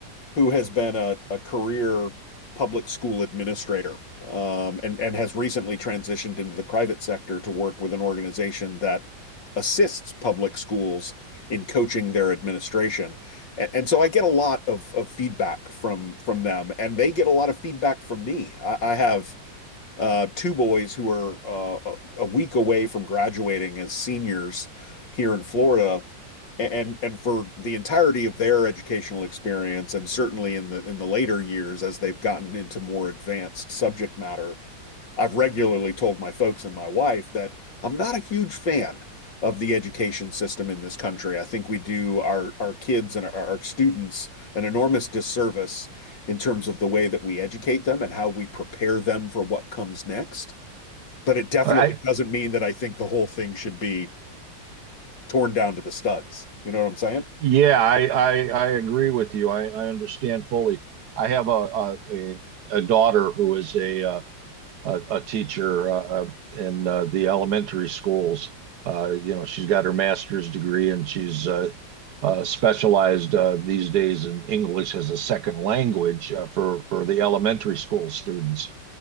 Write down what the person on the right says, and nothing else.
I
Yeah, I, I I agree with you. I, I understand fully. I have a a, a, a daughter who is a uh, a, a teacher uh, uh, in uh, the elementary schools. Uh, you know, she's got her master's degree and she's uh, uh, specialized uh, these days in English as a second language uh, for for the elementary school students.